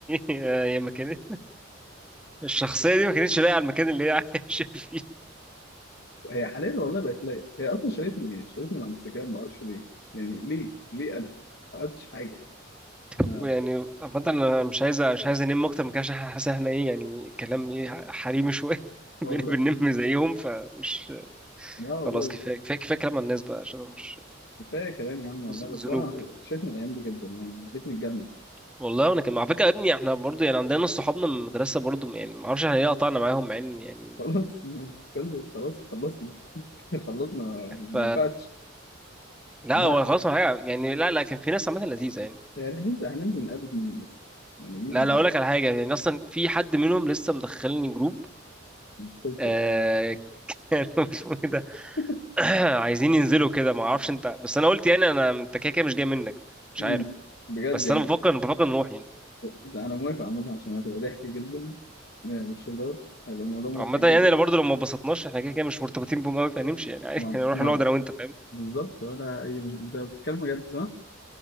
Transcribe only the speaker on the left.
هي حاليا والله بقت ليا هي اصلا شالتني شالتني من على الانستجرام ما اعرفش ليه يعني ليه ليه انا ما عملتش حاجه يعني
أنا
والله
لا والله
بس
كفايه كلام يا عم والله
بس
انا وحشتني الايام دي جدا يعني يا ريتني الجنه
<laughs> خلاص خل- خلاص خلصنا <laughs> خلصنا ما ينفعش
ما
يعني هننزل هننزل نقابل مين بس يعني مين
يعني
القصه
<laughs>
مم.
بجد
يعني
ده انا موافق عامه عشان هتبقى ضحك جدا يعني مش هزار هيبقى الموضوع مضحك
جدا
ما
ما
بالظبط ولا اي مش انت بتتكلم بجد صح؟